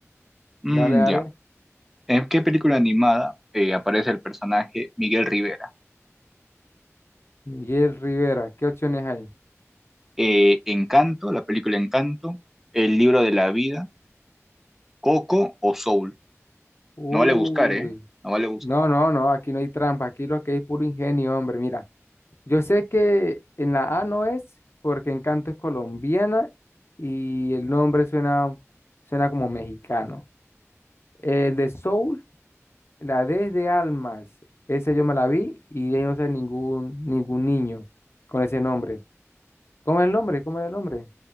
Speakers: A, in the centre; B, on the left.
A: Mm,
B: Dale, dale.
A: ya. ¿En qué película animada eh, aparece el personaje Miguel Rivera?
B: Miguel Rivera, ¿qué opciones hay?
A: Eh, Encanto, la película Encanto, El libro de la vida, Coco o Soul.
B: Uy.
A: No vale buscar, ¿eh? No vale buscar.
B: No, no, no, aquí no hay trampa. Aquí lo que hay es puro ingenio, hombre. Mira. Yo sé que en la A no es, porque Encanto es colombiana y el nombre suena, suena como mexicano. El de Soul, la D es de Almas. Esa yo me la vi y ahí no sé ningún, ningún niño con ese nombre. ¿Cómo es el nombre? ¿Cómo era el nombre?